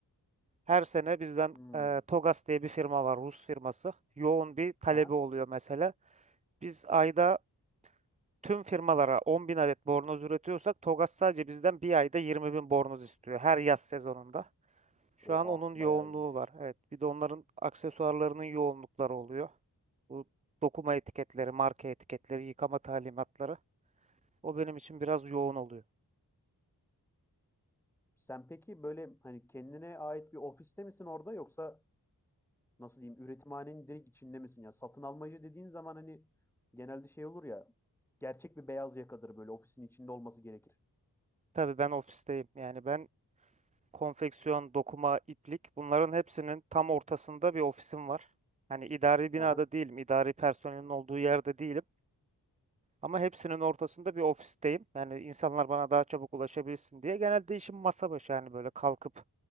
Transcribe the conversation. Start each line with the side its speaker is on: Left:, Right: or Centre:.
Right: Her sene bizden
Centre: Hmm.
Right: e, Togas diye bir firma var, Rus firması. Yoğun bir talebi
Centre: Ha ha.
Right: oluyor mesela. Biz ayda tüm firmalara 10 bin adet bornoz üretiyorsak Togas sadece bizden bir ayda 20 bin bornoz istiyor her yaz sezonunda. Şu
Centre: Oha,
Right: an onun yoğunluğu
Centre: bayağı iyiymiş.
Right: var. Evet. Bir de onların aksesuarlarının yoğunlukları oluyor. Bu dokuma etiketleri, marka etiketleri, yıkama talimatları. O benim için biraz yoğun oluyor.
Centre: Sen peki böyle hani kendine ait bir ofiste misin orada yoksa nasıl diyeyim üretimhanenin direkt içinde misin ya? Satın almacı dediğin zaman hani genelde şey olur ya gerçek bir beyaz yakadır böyle ofisin içinde olması gerekir.
Right: Tabii ben ofisteyim. Yani ben konfeksiyon, dokuma, iplik bunların hepsinin tam ortasında bir ofisim var. Hani idari
Centre: Hı
Right: binada
Centre: hı.
Right: değilim, idari personelin olduğu yerde değilim. Ama hepsinin ortasında bir ofisteyim. Yani insanlar bana daha çabuk ulaşabilsin diye. Genelde işim masa başı yani böyle kalkıp